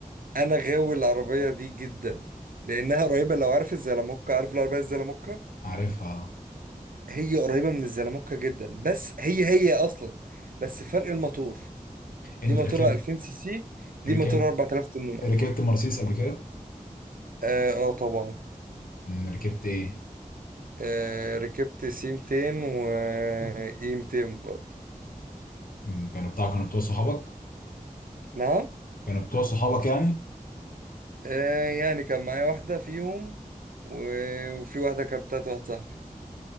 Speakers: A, on the right; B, on the left.
A: انا غاوي العربية دي جدا لانها قريبة لو عارف الزلموكة عارف العربية الزلموكة
B: عارفها آه.
A: هي قريبة من الزلموكة جدا بس هي هي أصلا بس فرق الموتور
B: انت
A: دي موتورها
B: ركبت
A: 2000 سي سي دي
B: ركبت
A: موتورها 4800
B: ركبت مرسيدس قبل كده
A: آه, آه طبعا
B: أمم، ركبت ايه
A: آه ركبت سي 200 و إي 200 برضه
B: أمم، كانوا بتاع كانوا بتوع صحابك
A: نعم
B: كانوا بتوع صحابك يعني
A: آه يعني كان معايا واحدة فيهم و- وفي واحدة كانت بتاعت واحد صاحبي